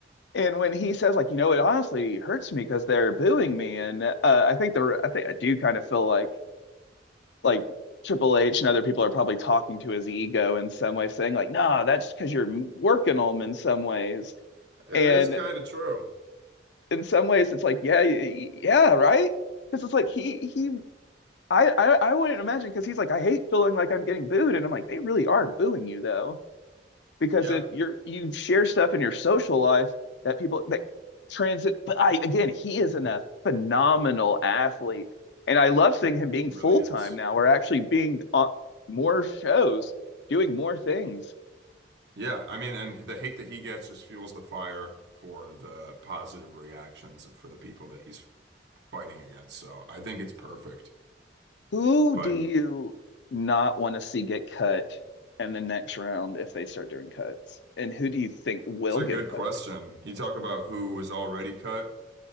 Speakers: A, on the left; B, on the right.
A: and when he says, like, you know, it honestly hurts me because they're booing me, and uh, I think the I think I do kind of feel like like Triple H and other people are probably talking to his ego in some way, saying like, no, that's because you're working them in some ways,
B: It
A: and
B: is kind of true.
A: in some ways it's like, yeah, yeah, right, because it's like he he I I, I wouldn't imagine because he's like, I hate feeling like I'm getting booed, and I'm like, they really are booing you though. because
B: Yeah,
A: if you're you share stuff in your social life that people that transit but I again he is an, a phenomenal athlete and I love seeing him being
B: he really
A: full
B: is.
A: time now or actually being on more shows doing more things
B: Yeah, I mean, and the hate that he gets just fuels the fire for the positive reactions for the people that he's fighting against. So I think it's perfect.
A: who
B: But
A: do you not want to see get cut in the next round if they start doing cuts and who do you think will
B: it's a
A: get
B: good
A: cut
B: question. You talk about who was already cut.